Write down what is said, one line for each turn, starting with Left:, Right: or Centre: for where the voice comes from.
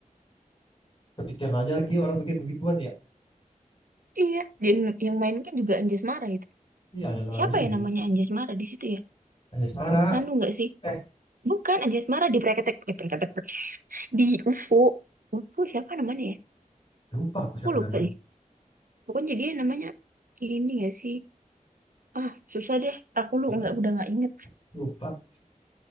Left: Kepikiran aja lagi orang bikin begituan ya.
Right: Iya, dan yang main kan juga Anjasmara itu.
Left: Iya, Anjasmara
Right: Siapa
Left: juga.
Right: ya namanya Anjasmara di situ ya?
Left: Anjasmara.
Right: Anu nggak sih?
Left: Eh,
Right: Bukan Anjasmara di Prakatek, eh, Prakatek di UFO. UFO siapa namanya ya?
Left: lupa aku
Right: Aku
Left: siapa
Right: lupa
Left: namanya.
Right: deh. Pokoknya dia namanya ini nggak sih? Ah, susah deh. Aku lu
Left: Eh,
Right: nggak udah nggak inget.
Left: Lupa.